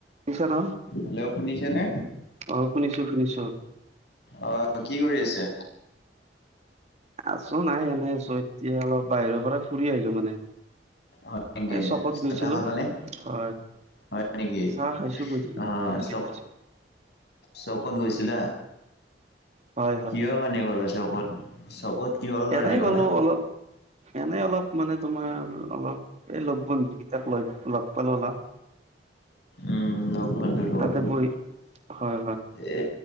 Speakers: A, on the right (about 40°); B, on the left (about 65°).
A: শুনিছা ন?
B: হেল্ল' শুনিছানে?
A: অ', শুনিছো শুনিছো।
B: আহ, কি কৰি আছে?
A: আছো নাই এনেই আছো। এতিয়া অলপ বাহিৰৰ পৰা ফুৰি আহিলো মানে।
B: হয় নেকি
A: এই চকত
B: চা
A: গৈছিলো
B: তা খালা নে?
A: হয়
B: হয় নেকি।
A: চাহ খাইছো গধূলি
B: অহ
A: গধূলি
B: চখ।
A: খাইছো।
B: চকত গৈছিলা?
A: হয় হয়
B: কিহৰ কাৰণে গ'লা চকত। চকত কিহৰ কাৰণে
A: এনেই গ'লো
B: গলা?
A: অলপ এনেই অলপ মানে। তোমাৰ অলপ এই লগ বন্ধু কেইটাক লগ লগ পালো অলপ।
B: উম লগ বন্ধ লগত।
A: তাতে বহি হয় হয়
B: এ